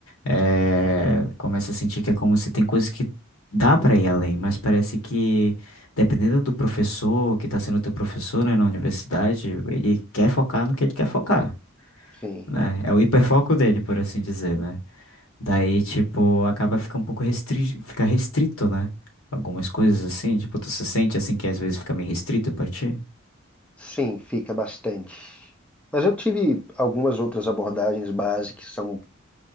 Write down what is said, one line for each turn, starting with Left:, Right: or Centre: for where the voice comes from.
Left: eh, começa a sentir que é como se tem coisas que dá para ir além, mas parece que, dependendo do professor que está sendo teu professor, né, na universidade, ele quer focar no que ele quer focar,
Centre: Sim,
Left: né? É o hiperfoco dele, por assim dizer, né? Daí, tipo, acaba fica um pouco restri... fica restrito, né? Algumas coisas assim, tipo, tu se sente assim que às vezes fica meio restrito pra ti?
Centre: sim, fica bastante. Mas eu tive algumas outras abordagens básicas, que são,